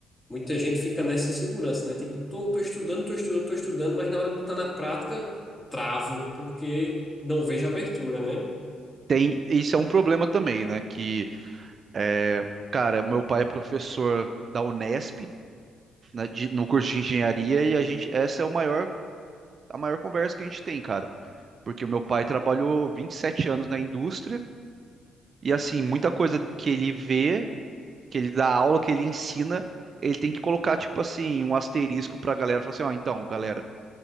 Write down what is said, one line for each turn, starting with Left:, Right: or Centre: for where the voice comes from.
Left: Muita gente fica nessa insegurança, né? Tipo, tô, tô estudando, tô estudando, tô estudando, mas na hora de botar na prática, travo, porque não vejo abertura, né?
Right: Tem, isso é um problema também, né? Que, é, cara, meu pai é professor da Unesp, né, de- no curso de engenharia, e a gente, essa é o maior, a maior conversa que a gente tem, cara. Porque o meu pai trabalhou 27 anos na indústria, e assim, muita coisa que ele vê. que ele dá aula, que ele ensina, ele tem que colocar, tipo assim, um asterisco pra galera, falar assim, ó, então, galera,